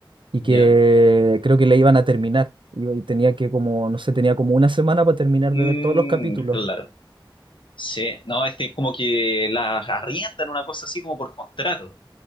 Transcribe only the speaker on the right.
y
que creo que la iban a terminar. Y y tenía que como, no sé, tenía como una semana para terminar
de ver todos los capítulos.